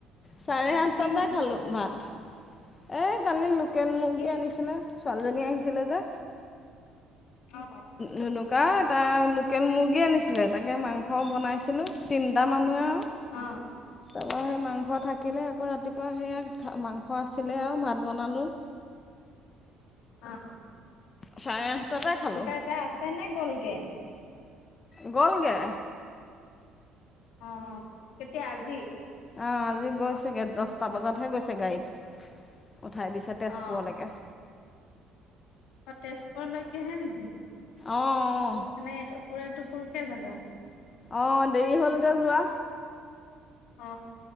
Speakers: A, on the left (about 25°); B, on the left (about 80°).
A: চাৰে
B: অ
A: আঠটাতে
B: কি মাংস
A: খালো ভাত এই কালি লোকেল মুৰ্গী
B: কি
A: আনিছিলে ছোৱালীজনী আহিছিলে যে
B: অ
A: জুনুকা তাই লোকেল মুৰ্গী আনিছিলে তাকে মাংস বনাইছিলোঁ। ছিলো তিনটা মানুহে আৰু
B: অ
A: তাৰপৰা সেই মাংস থাকিলে আকৌ ৰাতিপুৱা সেয়া মাংস আছিলে আৰু ভাত বনালোঁ
B: অ
A: চাৰে আঠটাতে খালোঁ
B: তেনেকুৱা এতিয়া আছে নে গ'লগে
A: গ'লগে
B: অ কেতিয়া আজি
A: অ আজি গৈছেগে দহটা বজাতহে গৈছে গাড়ীত উঠাই দিছে তেজপুৰলৈকে
B: অ অ তেজপুৰলৈকেহে নেকি
A: অঁ অঁ
B: মানে এটু কুৰ কে যাব
A: অ দেৰি হল যে যোৱা
B: অ